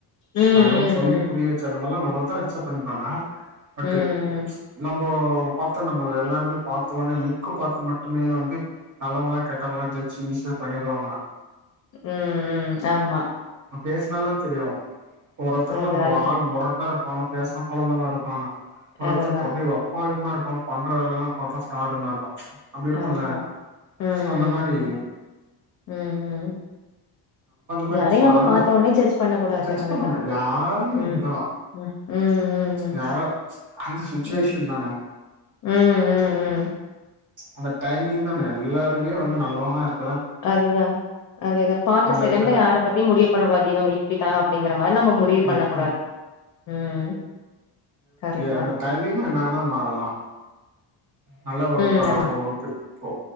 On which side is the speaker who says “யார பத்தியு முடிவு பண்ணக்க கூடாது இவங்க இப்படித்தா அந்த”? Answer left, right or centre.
Left